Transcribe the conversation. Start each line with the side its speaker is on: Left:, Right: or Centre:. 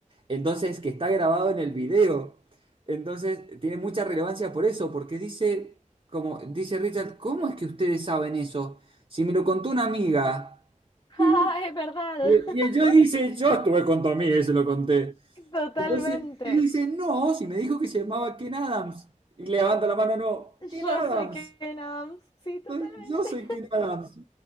Right: Entonces, que está grabado en el video. Entonces, tiene mucha relevancia por eso, porque dice, como dice Richard, ¿cómo es que ustedes saben eso? Si me lo contó una amiga. Y,
Left: Ah, es verdad,
Right: y-
Left: <laughs>
Right: y yo dice, yo estuve con tu amiga y se lo conté.
Left: totalmente.
Right: Entonces, y dice, no, si me dijo que se llamaba Ken Adams. Y levanta la mano, no, Ken
Left: Yo
Right: Adams.
Left: soy Ken Adams. Sí, totalmente.
Right: Soy- Yo soy Ken Adams.